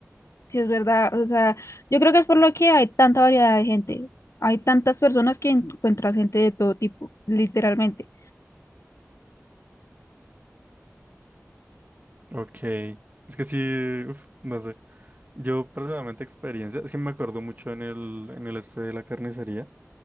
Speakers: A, on the left; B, on the right.
A: Sí, es verdad. O sea, yo creo que es por lo que hay tanta variedad de gente. Hay tantas personas que encuentras gente de todo tipo, literalmente.
B: Ok. Es que sí, uf, no sé. Yo personalmente experiencia, es que me acuerdo mucho en el, en el este de la carnicería,